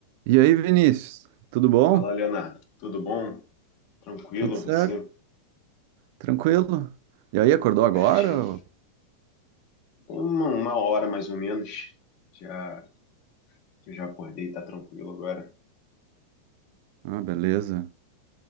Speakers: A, on the right; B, on the left.
A: E aí, Vinícius, tudo bom?
B: Fala, Leonardo. Tudo bom? Tranquilo,
A: Tudo certo?
B: você?
A: Tranquilo? E aí, acordou agora?
B: Certinho.
A: ou-
B: Tem uma, uma hora mais ou menos já que eu já acordei, tá tranquilo agora.
A: Ah, beleza.